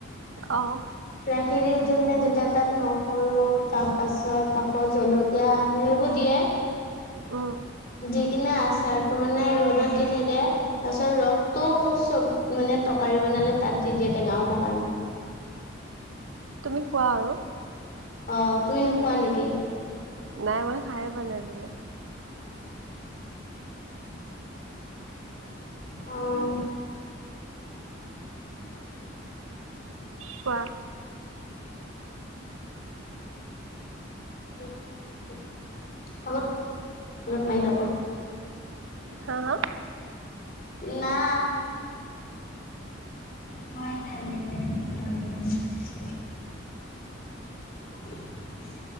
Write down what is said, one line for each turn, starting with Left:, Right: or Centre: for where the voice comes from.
Right: অ',
Left: ৰাখি দি উঠি পিনে যেতিয়া তাত নহৰু তাৰ পাছত আকৌ জলকীয়া সেইবোৰ দিয়ে
Right: উম।
Left: দি কিনে আচাৰটো মানে ৰ'দত দি থাকে তাৰ পিছত ৰসটো চব মানে তৰকাৰী বনালে তাত দি দিয়ে টেঙা হ'বৰ কাৰণে।
Right: তুমি খোৱা আৰু?
Left: অ। তুমি নোখোৱা নেকি?
Right: নাই মই খাইয়ে পোৱা নাই আজি লৈকে।
Left: উম
Right: কোৱা
Left: <unintelligible> মাৰি ল'ব
Right: হা হা?
Left: না <unintelligible> <unintelligible>